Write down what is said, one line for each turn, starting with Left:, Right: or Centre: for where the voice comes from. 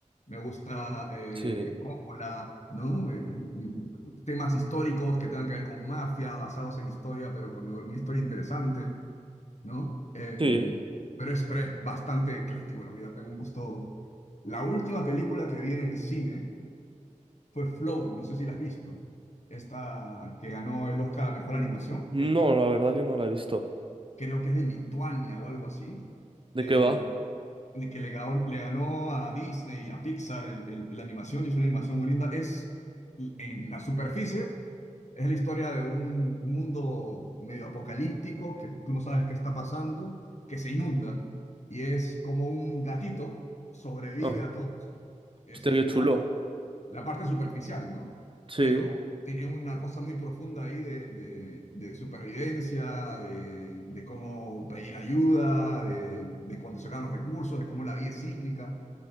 Left: Me gusta eh,
Right: Sí,
Left: Coppola, ¿no? Eh, temas históricos que tengan que ver con mafia, basados en historia, pero con una historia interesante, ¿no? Eh,
Right: sí.
Left: pero es, pero es bastante ecléctico, en realidad tengo un gusto. La última película que vi en el cine fue Flow, no sé si la has visto. Esta que ganó el Oscar a Mejor
Right: Mm,
Left: Animación.
Right: No,
Left: Es
Right: la verdad que no la he visto.
Left: creo que es de Lituania o algo así,
Right: ¿De
Left: eh,
Right: qué va?
Left: que le ganó, le ganó a Disney y a Pixar el, el- la animación, y es una animación muy linda. Es, en la superficie, es la historia de un, un mundo medio apocalíptico, que tú no sabes qué está pasando, que se inunda, y es como un gatito sobrevive
Right: Ah,
Left: a todo eso. Esa
Right: hostia,
Left: es
Right: qué chulo.
Left: la la parte superficial, ¿no?
Right: Sí,
Left: Pero tiene una cosa muy profunda ahí de, de- de supervivencia, de, de cómo pedir ayuda, de, de cuando se acaban los recursos, de cómo la vida es cíclica.